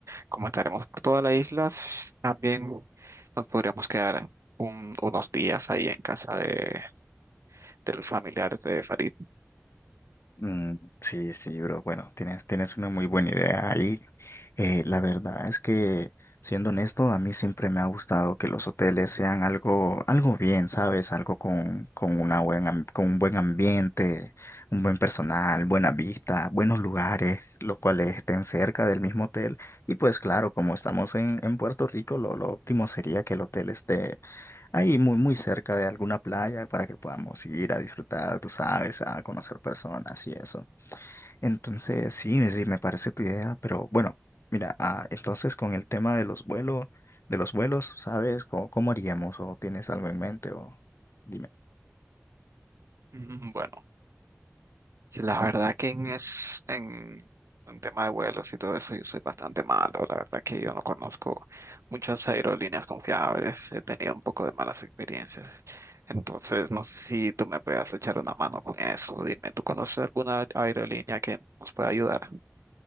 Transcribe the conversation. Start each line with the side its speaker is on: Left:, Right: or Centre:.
Right: como estaremos por toda la isla, s- también nos podríamos quedar un- unos días ahí en casa de, de los familiares de Farid.
Left: Mm, sí, sí, bro. Bueno, tienes, tienes una muy buena idea ahí. Eh, la verdad es que, siendo honesto, a mí siempre me ha gustado que los hoteles sean algo, algo bien, ¿sabes? Algo con, con una buena, am- con un buen ambiente, un buen personal, buena vista, buenos lugares, los cuales estén cerca del mismo hotel. Y pues claro, como estamos en, en Puerto Rico, lo, lo óptimo sería que el hotel esté ahí muy, muy cerca de alguna playa para que podamos ir a disfrutar, tú sabes, a conocer personas y eso. Entonces, sí, sí, me parece tu idea, pero bueno, mira, ah, entonces con el tema de los vuelos, de los vuelos, ¿sabes? ¿Cómo, cómo haríamos? ¿O tienes algo en mente? O dime.
Right: Mm, Bueno, Sí, la verdad que en, es, en, en tema de vuelos y todo eso yo soy bastante malo. La verdad que yo no conozco muchas aerolíneas confiables. He tenido un poco de malas experiencias. Entonces, no sé si tú me puedas echar una mano con eso. Dime, ¿tú conoces alguna aerolínea que nos pueda ayudar?